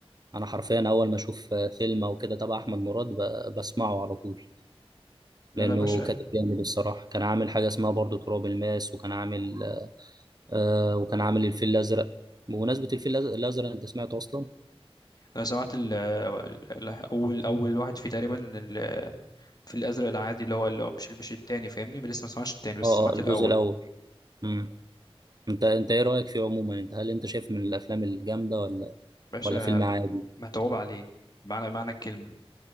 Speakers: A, on the right (about 40°); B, on the left (about 40°).
A: انا حرفيا اول ما اشوف فيلم او كده تبع احمد مراد ب- بسمعه على طول
B: لا
A: لانه
B: لا يا باشا
A: كاتب جامد الصراحه كان عامل حاجه اسمها برضه تراب الماس وكان عامل آه وكان عامل الفيل الازرق بمناسبه الفيل الأز- الازرق انت سمعته اصلا
B: انا سمعت ال ال- اول اول واحد فيه تقريبا ال- في الازرق العادي اللي هو اللي هو مش مش التاني فاهمني لسه ما سمعتش التاني بس
A: اه
B: سمعت
A: اه الجزء
B: الاول
A: الاول امم انت انت ايه رايك فيه عموما انت هل انت شايف من الافلام الجامده ولا
B: باشا
A: ولا فيلم
B: ب-
A: عادي
B: متعوب عليه معنى معنى الكلمة